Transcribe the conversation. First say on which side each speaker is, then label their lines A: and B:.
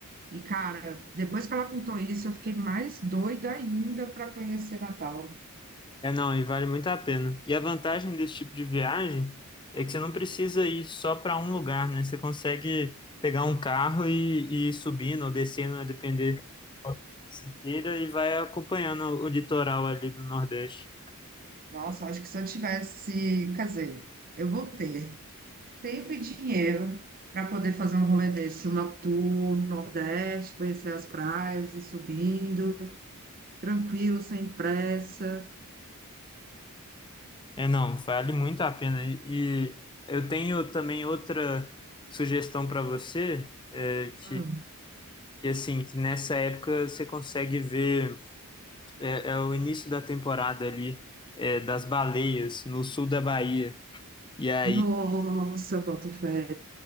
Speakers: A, on the right; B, on the left.
A: E, cara, depois que ela contou isso, eu fiquei mais doida ainda para conhecer Natal.
B: é não, e vale muito a pena. E a vantagem desse tipo de viagem é que você não precisa ir só para um lugar, né? Você consegue pegar um carro e, e ir subindo ou descendo, a depender Siqueira e vai acompanhando o litoral ali do Nordeste.
A: Nossa, acho que se eu tivesse, quer dizer, eu vou ter tempo e dinheiro para poder fazer um rolê desse, uma tour no Nordeste, conhecer as praias e subindo, tranquilo, sem pressa.
B: É, não, vale muito a pena. E, eu tenho também outra sugestão para você, é, que,
A: Hum,
B: que assim, que nessa época você consegue ver, é, é o início da temporada ali, é, das baleias no sul da Bahia. E aí
A: Nossa, eu boto fé.